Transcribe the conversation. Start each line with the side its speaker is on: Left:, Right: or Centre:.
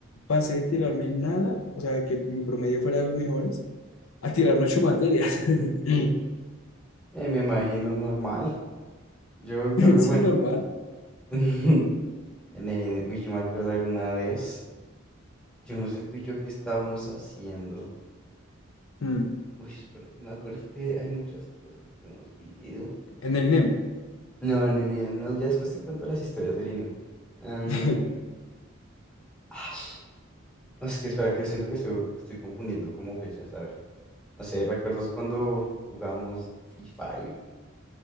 Left: pasé de tirarme nada, o sea, que mi promedio fuera de los mejores, a tirarme ocho materias. <laughs>
Centre: Eh, me imagino normal. Yo, en cambio,
Left: Sí,
Centre: bueno.
Left: normal.
Centre: <laughs> En el INEM. Uy, yo me acuerdo de una vez. Yo no sé tú y yo qué estábamos haciendo.
Left: Mm,
Centre: Uy, espérate, me acuerdo es que hay muchas cosas que hemos vivido.
Left: En el INEM.
Centre: No, no, no, no, ya después te cuento las historias del INEM. Am,
Left: <laughs>
Centre: ash, no, es que espera, que siento que estoy, estoy confundiendo como fechas. A ver, no sé, ¿recuerdas cuando jugábamos Free Fire?